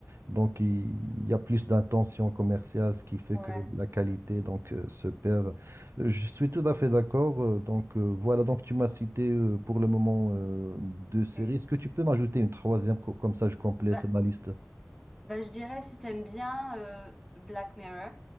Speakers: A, on the right; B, in the centre.
A: Donc, il il y a plus d'intention commerciale, ce qui fait
B: ouais,
A: que la qualité donc, euh, se perd. Euh, Je suis tout à fait d'accord. euh, Donc, euh, voilà, donc tu m'as cité euh, pour le moment euh, deux séries.
B: oui.
A: Est-ce que tu peux m'ajouter une troisième, co- comme ça je complète
B: Bah,
A: ma liste?
B: Bah, je dirais, si t'aimes bien euh, Black Mirror,